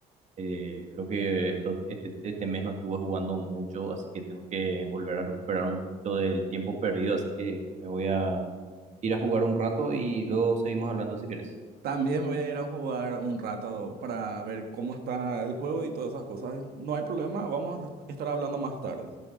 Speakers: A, on the right (about 45°); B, on the right (about 65°).
A: Eh, creo que esto, este, este mes no estuve jugando mucho, así que tengo que volver a recuperar un poquito del tiempo perdido, así que me voy a ir a jugar un rato y luego seguimos hablando si querés.
B: También voy a ir a jugar un rato para ver cómo está el juego y todas esas cosas. No hay problema, vamos a estar hablando más tarde.